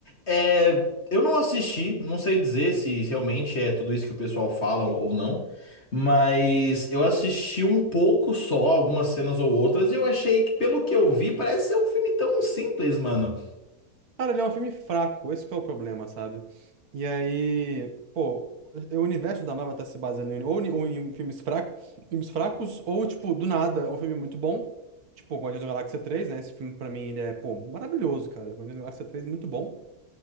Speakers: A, on the left (about 50°); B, on the right (about 85°).
A: É, eu não assisti, não sei dizer se realmente é tudo isso que o pessoal fala ou não, mas eu assisti um pouco só, algumas cenas ou outras, e eu achei que, pelo que eu vi, parece ser um filme tão simples, mano.
B: Cara, ele é um filme fraco, esse que é o problema, sabe? E aí, pô, o universo da Marvel tá se baseando em, ou, em, ou em filmes fracos, filmes fracos, ou, tipo, do nada, um filme muito bom. Tipo, Guardiões da Galáxia 3, né? Esse filme, pra mim, ele é, pô, maravilhoso, cara. Guardiões da Galáxia 3, muito bom.